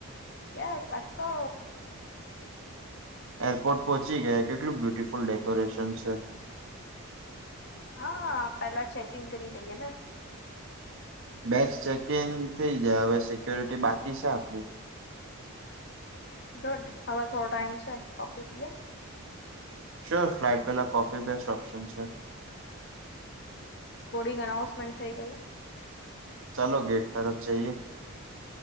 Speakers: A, on the left; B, on the right.
A: એ સ્પસકો
B: એરપોર્ટ પહોંચી ગયા કેટલું બ્યુટીિફુલ ડેકોરેશન છે
A: હા પેલા ચેકિંગ કરી લઈએ ને
B: બેક્સ ચેકિંગ થઇ જાય હવે સિક્યોરિટી બાકી છે આપડી
A: ગુડ હવે થોડો ટાઈઇમ છે કોફી પીએ
B: શ્યોર ફ્લાઇટ પેલા કોફી બેસ્ટ ઓપ્શન છે
A: બોર્ડંગ અનાઉન્સમેન્ટ થઈ ગયું
B: ચાલો ગેટ તરફ જઈએ